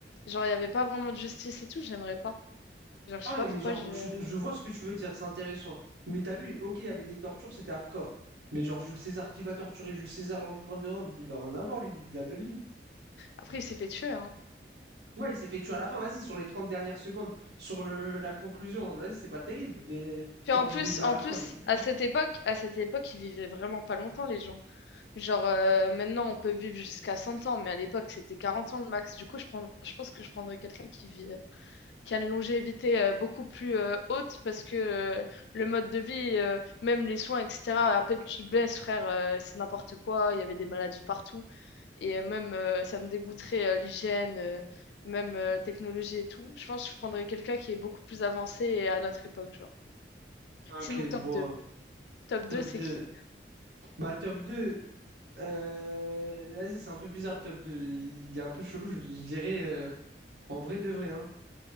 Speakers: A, on the left; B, on the right.
A: Genre, il n'y avait pas vraiment de justice et tout, j'aimerais pas. Genre, je
B: Ah
A: sais pas
B: ouais, mais
A: pourquoi
B: genre,
A: je...
B: je, je vois ce que tu veux dire, c'est intéressant. Mais t'as vu, ok, il y avait des tortures, c'était hardcore. Mais genre, Jules César, qui va torturer Jules César, l'empereur de Rome? Il va rien avoir, lui, il vit la belle vie.
A: Après, il s'est fait tuer, hein.
B: Ouais, il s'est fait tuer à la fin, vas-y, sur les 30 dernières secondes, sur le, la conclusion, vas-y, c'est pas terrible. Mais
A: Puis
B: genre,
A: en
B: du
A: plus,
B: début
A: en
B: à la fin,
A: plus,
B: il était bien.
A: à cette époque, à cette époque, ils vivaient vraiment pas longtemps, les gens. Genre, euh, maintenant, on peut vivre jusqu'à 100 ans, mais à l'époque, c'était 40 ans le max. Du coup, je prends, je pense que je prendrais quelqu'un qui vit, euh, qui a une longévité euh, beaucoup plus euh, haute parce que euh, le mode de vie, euh, même les soins, etc., à peine tu te blesses, frère, euh, c'est n'importe quoi. Il y avait des maladies partout. Et euh, même, euh, ça me dégoûterait euh, l'hygiène, euh, même euh, technologie et tout. Je pense que je prendrais quelqu'un qui est beaucoup plus avancé et à notre époque, genre.
B: Ok,
A: Sinon,
B: je
A: top
B: vois.
A: deux Top deux
B: Top
A: c'est
B: 2.
A: qui?
B: Bah, top 2. euh, Vas-y, c'est un peu bizarre le top 2. Il est un peu chelou, je, je dirais. euh, En vrai, de vrai, hein.